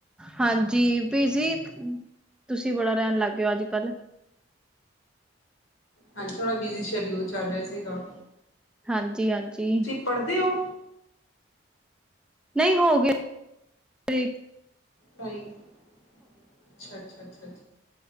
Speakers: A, in the centre; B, on the left.
A: ਹਾਂਜੀ, ਬੀਜੀ਼, ਤੁਸੀ ਬੜਾ ਰੇਨ ਲਗ ਗਏ ਔ ਅੱਜ ਕਲ।
B: ਹਾਂਜੀ, ਥੋੜਾ ਬੀਜ਼ੀ ਸੈ਼ਡਊਲ ਚਲ ਰਿਆ ਸੀਗਾ।
A: ਹਾਂਜੀ-ਹਾਂਜੀ।
B: ਪੜਦੇ ਓ?
A: ਨਈ ਹੋਗੀ <inaudible>
B: <unintelligible> ਛਾ-ਛਾ, ਛਾ- ਛਾ